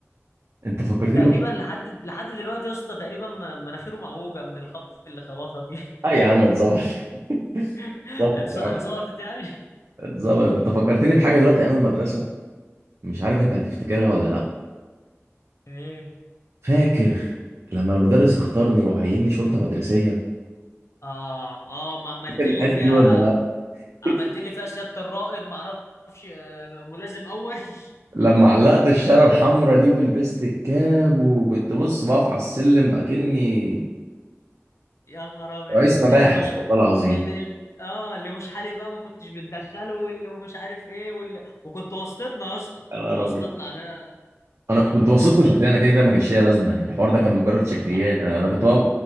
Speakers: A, on the right; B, on the left.
A: انت فكرتني
B: تقريبا
A: بح...
B: لحد لحد دلوقتي يا اسطى تقريبا م- مناخيره معوجه من الخبط اللي خبطها فيه
A: اه يا عم اتظبط <laughs>
B: <laughs>
A: اتظبط
B: اتس-
A: يا
B: اتظبطت
A: عم
B: يعني
A: اتظبط انت فكرتني بحاجه دلوقتي ايام المدرسه مش عارف انت هتفتكرها ولا لا
B: ايه
A: فاكر لما المدرس اختارني وعيني شرطه مدرسيه
B: اه اه ما عملت
A: فاكر
B: لي
A: الحته
B: فيها
A: دي ولا لا
B: عملت
A: <laughs>
B: لي فيها سياده الرائد ما اعرفش آه، ملازم اول <laughs>
A: لما علقت الشاره الحمراء دي ولبست الكاب وكنت بص بقف على السلم اكني
B: يا نهار ابيض
A: رئيس مباحث
B: اللي مش ح...
A: والله العظيم
B: اللي ال- اه اللي مش حالي بقى ما كنتش بتدخله واللي مش عارف ايه واللي وكنت واسطتنا يا اسطى
A: يا نهار
B: كنت واسطتنا
A: أبيض
B: على
A: انا كنت وسطكم شكليا انا كده كده ما كانش ليا لازمه يعني الحوار ده كان مجرد شكليات
B: اه
A: انا أنا كنت واقف